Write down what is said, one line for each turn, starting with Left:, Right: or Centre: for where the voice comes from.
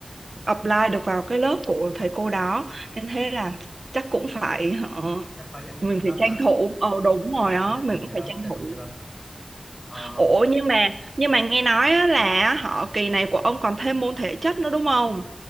Right: apply được vào cái lớp của thầy cô đó nên thế là chắc cũng phải ờ,
Centre: Chắc phải giành giật
Right: mình
Centre: dữ lắm
Right: phải tranh
Centre: ta.
Right: thủ ờ đúng
Centre: Đúng
Right: rồi
Centre: rồi,
Right: đó
Centre: phải giành
Right: mình
Centre: giật
Right: cũng
Centre: dữ lắm,
Right: phải tranh
Centre: tranh
Right: thủ
Centre: thủ dữ lắm. Ờ,
Right: ủa nhưng mà nhưng mà nghe nói á, là họ kỳ này của ông còn thêm môn thể chất nữa đúng không